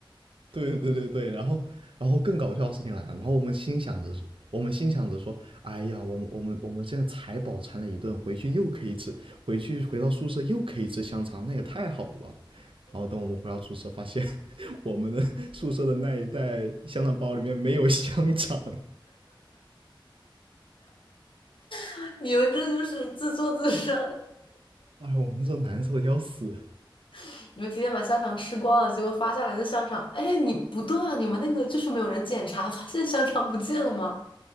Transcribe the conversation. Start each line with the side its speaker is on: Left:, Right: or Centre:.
Right: 对对对对，然后然后更搞笑的事情来了，然后我们心想着是，我们心想着说，哎呀，我们我们我们现在才饱餐了一顿，回去又可以吃，回去回到宿舍又可以吃香肠，那也太好了吧。然后等我们回到宿舍，发现 <laughs> 我们的 <laughs> 宿舍的那一袋香肠包里面没有香肠，
Left: <laughs> 你们这就是自作自受，
Right: <laughs> 哎，我们这难受的要死。
Left: <laughs> 你们提前把香肠吃光了，结果发下来的香肠，哎，你不对啊，你们那个就是没有人检查，<laughs> 发现香肠不见了吗？